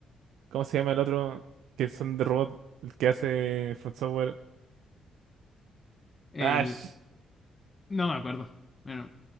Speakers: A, on the right; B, on the left.
A: cómo se llama el otro? Que son de robot, el que hace From Software.
B: El...
A: Ash.
B: No me acuerdo. Bueno.